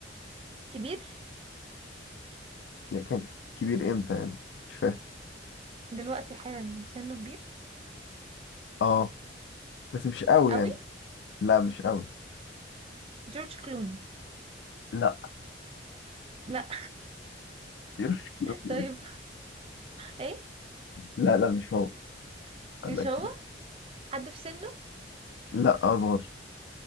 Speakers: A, on the right; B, on the left.
A: كبير
B: يعني كان كبير امتى يعني مش فاهم
A: دلوقتي حالا سنه كبير
B: اه بس مش قوي
A: قوي
B: يعني لا مش قوي
A: جورج كلوني
B: لا
A: لا
B: <laughs> مش قوي.
A: <laughs> طيب ايه
B: لا لا مش هو لكن
A: مش هو حد في سنه
B: لا اصغر